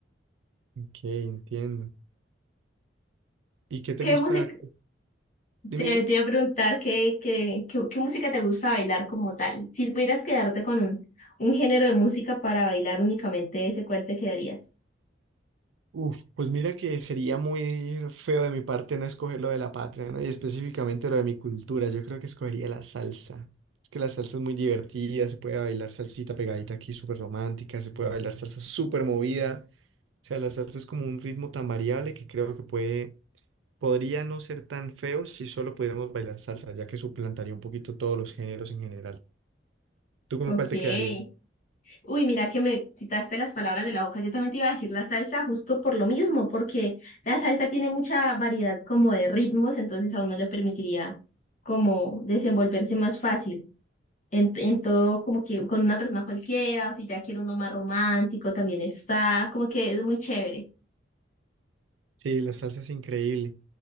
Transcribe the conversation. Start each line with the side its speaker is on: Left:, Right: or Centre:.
Right: Ok, entiendo. ¿Y qué te
Left: ¿Qué
Right: gusta?
Left: música?
Right: Dime,
Left: Te,
Right: dime.
Left: te iba a preguntar qué, qué, qué, qué música te gusta bailar como tal. Si pudieras quedarte con un, un género de música para bailar únicamente ese, ¿cuál te quedarías?
Right: Uf, pues mira que sería muy feo de mi parte no escoger lo de la patria, ¿no? Y específicamente lo de mi cultura. Yo creo que escogería la salsa. Es que la salsa es muy divertida, se puede bailar salsita pegadita aquí, súper romántica, se puede bailar salsa súper movida. O sea, la salsa es como un ritmo tan variable que creo que puede, podría no ser tan feo si solo pudiéramos bailar salsa, ya que suplantaría un poquito todos los géneros en general. ¿Tú con
Left: Ok.
Right: cuál te quedarías?
Left: Uy, mira que me quitaste las palabras de la boca. Yo también te iba a decir la salsa justo por lo mismo, porque la salsa tiene mucha variedad como de ritmos, entonces a uno le permitiría como desenvolverse más fácil en, en todo, como que con una persona cualquiera, o si ya quiere uno más romántico, también está, como que es muy chévere.
Right: Sí, la salsa es increíble.